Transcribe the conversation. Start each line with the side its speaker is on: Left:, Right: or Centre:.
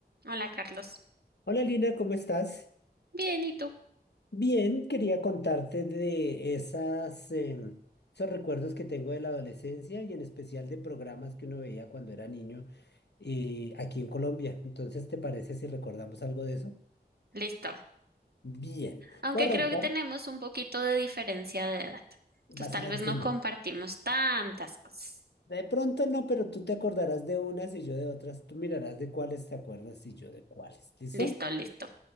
Right: Hola Carlos.
Left: Hola Lina, ¿cómo estás?
Right: Bien, ¿y tú?
Left: Bien, quería contarte de esas, em, esos recuerdos que tengo de la adolescencia y en especial de programas que uno veía cuando era niño eh, aquí en Colombia. Entonces, ¿te parece si recordamos algo de eso?
Right: Listo.
Left: Bien,
Right: Aunque
Left: voy a
Right: creo
Left: arrancar,
Right: que tenemos un poquito de diferencia de edad.
Left: vas
Right: Entonces tal
Left: a ver
Right: vez no
Left: que no.
Right: compartimos tantas cosas.
Left: De pronto no, pero tú te acordarás de unas y yo de otras. Tú mirarás de cuáles te acuerdas y yo de cuáles. ¿Listo?
Right: Listo, listo.